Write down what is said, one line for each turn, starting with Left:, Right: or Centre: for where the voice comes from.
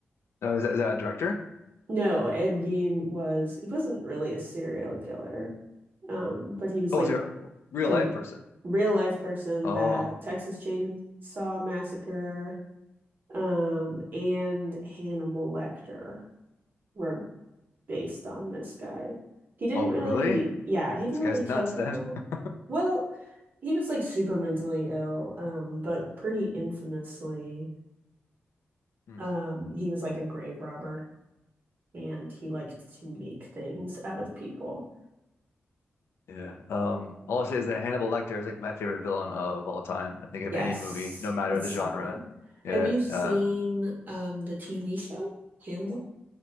Left: Oh, is that, is that a director?
Right: No, Ed Gein was he wasn't really a serial killer. Um, but he was
Left: Oh,
Right: like
Left: is there a real
Right: the
Left: life person?
Right: real life person
Left: Oh,
Right: that Texas Chainsaw Massacre um, and Hannibal Lecter were based on this guy. He didn't
Left: oh,
Right: really,
Left: really?
Right: yeah, he didn't
Left: This guy's
Right: really
Left: nuts
Right: kill people.
Left: then. <laughs>
Right: Well, he was like super mentally ill, um, but pretty infamously,
Left: Hmm.
Right: um, he was like a grave robber and he liked to make things out of people.
Left: Yeah. Um, all I say is that Hannibal Lecter is like my favorite villain of all time. I think of
Right: Yes,
Left: any movie, no matter
Right: it's
Left: the
Right: solid.
Left: genre. Yeah.
Right: Have you seen
Left: Uh,
Right: um the TV show Hannibal?